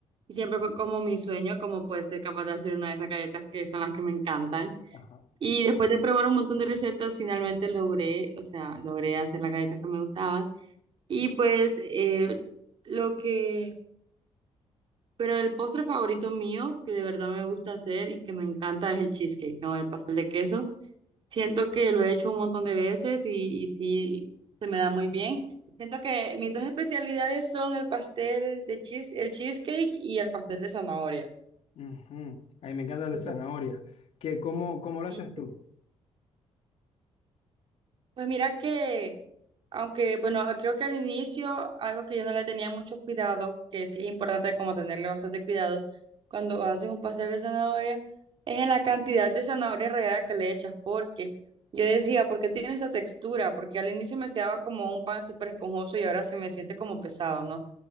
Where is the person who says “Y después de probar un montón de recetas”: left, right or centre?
Right